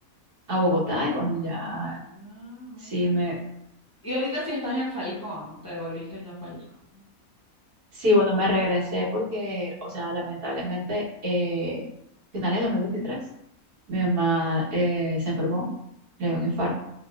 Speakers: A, on the right; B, on the left.
A: a Bogotá
B: a
A: y bueno,
B: Bogotá,
A: ya
B: ah, mira.
A: sí me,
B: Y ahorita si estás en Falcón, te volviste ya a Falcón.
A: sí, bueno, me regresé porque, o sea, lamentablemente, eh, finales de 2023, mi mamá eh, se enfermó, le dio un infarto